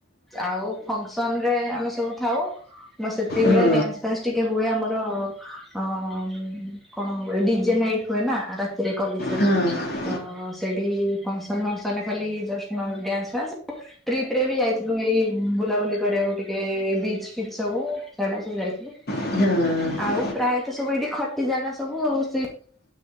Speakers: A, in the centre; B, on the left (about 50°).
A: ଆଉ ଫଙ୍କସନ୍ ରେ ଆମେ ସବୁ ଥାଉ ମ ସେତିକ
B: ହଁ
A: ବଳେ ଡ୍ୟାନ୍ସ ଫ୍ୟାନ୍ସ ଟିକେ ହୁଏ ଆମର ଅଁ କଣ ହୁଏ ଡିଜେ ନାଇଟ୍ ହୁଏ ନା ରାତିରେ କଲେଜ ରେ
B: ହଁ
A: ତ ସେଇଠି ଫଙ୍କସନ୍ ଫଙ୍କସନ୍ ରେ ଖାଲି ଜଷ୍ଟ ଅଁ ଡ୍ୟାନ୍ସ୍। ଟ୍ରିପ ରେ ବି ଯାଇଥିଲୁ ଏଇ ବୁଲାବୁଲି କରିବାକୁ ଟିକେ ବିଚ ଫିଚ ସବୁ ସିଆଡେ ସବୁ ଯାଇଥିଲୁ।
B: ହୁଁ।
A: ଆଉ ପ୍ରାୟତଃ ସବୁ ଏଇଠି ଖଟି ଜାଗା ସବୁ ଆଉ ସେଇ